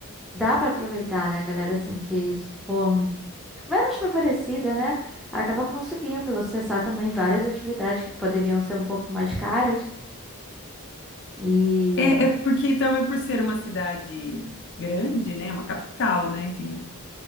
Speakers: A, in the centre; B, on the left.
A: dá para aproveitar, né, galera? Assim, que se for menos favorecida, né? Acaba conseguindo acessar também várias atividades que poderiam ser um pouco mais caras. E.
B: É, é porque também por ser uma cidade grande, né? Uma capital, né? Tem